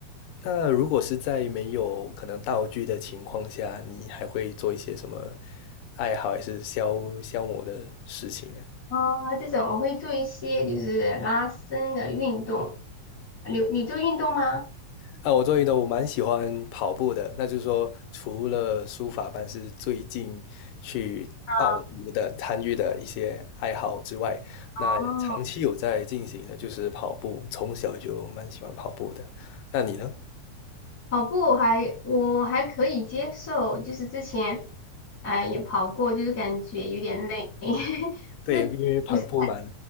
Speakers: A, on the left; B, on the left.
A: 那如果是在没有可能道具的情况下，你还会做一些什么爱好还是消消磨的事情呢？
B: 啊，这种我会做一些就是拉伸的运动。你你做运动吗？
A: 啊，我周瑜的我蛮喜欢跑步的，那就是说，除了书法班是最近去报名的、
B: 啊
A: 参与的一些爱好之外，
B: 哦，
A: 那长期有在进行的就是跑步，从小就蛮喜欢跑步的。那你呢？
B: 跑步我还我还可以接受，就是之前哎、也跑过，就是感觉有点累，<laughs>
A: 对，
B: 就是不是
A: 因为跑步蛮